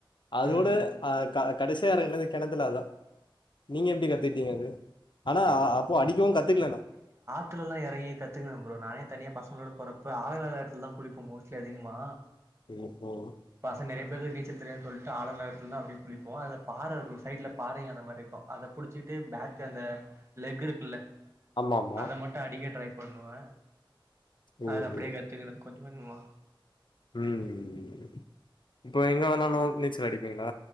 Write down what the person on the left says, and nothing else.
அதோட
அ கடைசியா எரங்குனது கெனத்துல அதா நீங்க
எப்படி கத்துட்டீங்க
அது ஆனா அப்போ அடிக்கவு கத்துக்கலனா
ஒ ஒ
ஆமா ஆமா
ஓஹோ
ம் இப்போ எங்கே வேணாலு நீச்சல் அடிப்பீங்களா